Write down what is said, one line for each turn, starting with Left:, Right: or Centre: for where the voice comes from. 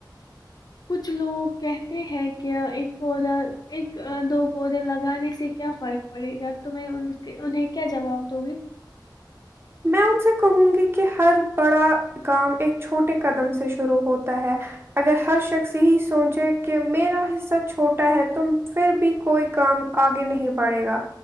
Left: کچھ لوگ کہتے ہیں کیا ایک پودا ایک دو پودے لگانے سے کیا فرق پڑے گا تم ان کے انہیں کیا جواب د گی
Right: میں ان سے کہوں گی کہ ہر بڑا کام ایک چھوٹے قدم سے شروع ہوتا ہے اگر ہر شخص یہی سوچے کہ میرا حصہ چھوٹا ہے تم پھر بھی کوئی کام آگے نہیں بڑھے گا